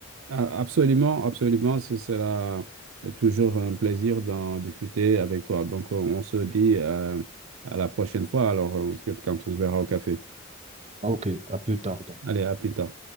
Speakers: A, on the right; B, on the right.
A: a- absolument, absolument, ce sera euh, toujours un plaisir d'en discuter avec toi. Donc, on se dit euh, à la prochaine fois, alors, euh, quand on se verra au café.
B: Ah, ok, à plus tard.
A: Allez, à plus tard.